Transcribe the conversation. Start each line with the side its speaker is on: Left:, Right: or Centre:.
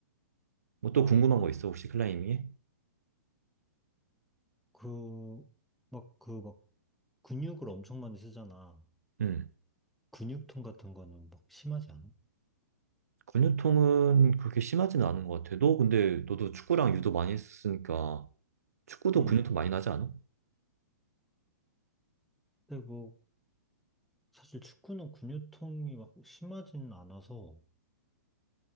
Right: 뭐 또
Centre: 아,
Right: 궁금한
Centre: 한번,
Right: 거 있어? 혹시 클라이밍에?
Centre: 그, 막, 그, 막, 근육을 엄청 많이 쓰잖아.
Right: 음.
Centre: 근육통 같은 거는 막 심하지 않아?
Right: 근육통은 그렇게 심하지는 않은 것 같아. 너 근데 너도 축구랑 유도 많이 했으니까 축구도
Centre: 응.
Right: 근육통 많이 나지 않아?
Centre: 근데 뭐, 사실 축구는 근육통이 막 심하지는 않아서,